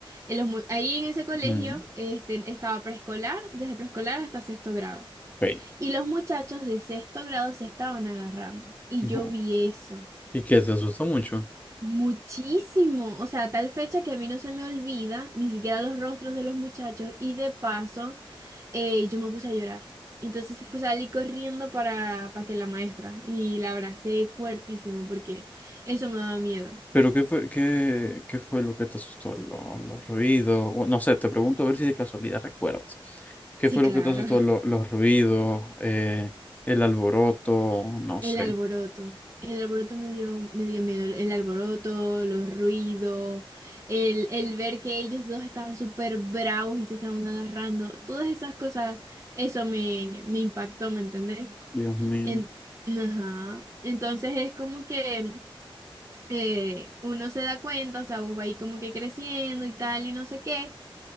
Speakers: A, on the right; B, on the left.
A: en los mu- ahí en ese colegio,
B: ujú.
A: este, estaba preescolar, desde preescolar hasta sexto grado.
B: Ok.
A: Y los muchachos de sexto grado se estaban agarrando. Y
B: Ujú.
A: yo vi eso.
B: ¿Y que te asustó mucho?
A: Muchísimo. O sea, a tal fecha que a mí no se me olvida ni siquiera los rostros de los muchachos. Y de paso eh, yo me puse a llorar. Entonces fue, salí corriendo para, para que la maestra y la abracé fuertísimo porque eso me daba miedo.
B: Pero ¿qué fue, qué, qué fue lo que te asustó? ¿Lo- los ruidos? O no sé, te pregunto a ver si de casualidad recuerdas. ¿Qué
A: Sí,
B: fue
A: claro.
B: lo que te asustó?
A: <laughs>
B: ¿Lo- los ruidos, eh, el alboroto, no
A: El
B: sé.
A: alboroto. El alboroto me dio, me dio miedo. El alboroto, los ruidos, el, el ver que ellos dos estaban súper bravos y se estaban agarrando. Todas esas cosas, eso me, me impactó, ¿me entendés?
B: Dios mío.
A: En- ajá. Entonces es como que eh, uno se da cuenta, o sea, vos va ahí como que creciendo y tal y no sé qué,